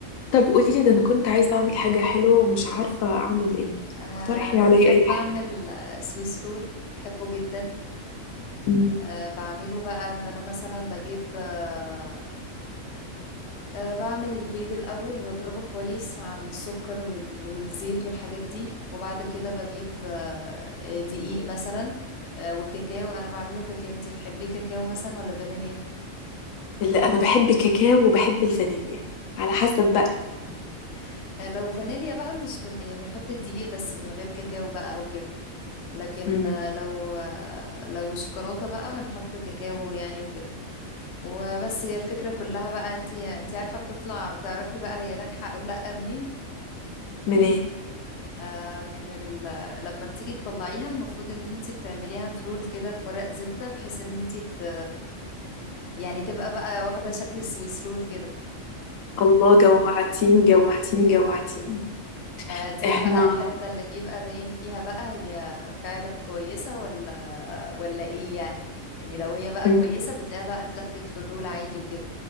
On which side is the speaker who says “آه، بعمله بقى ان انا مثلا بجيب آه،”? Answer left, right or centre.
Left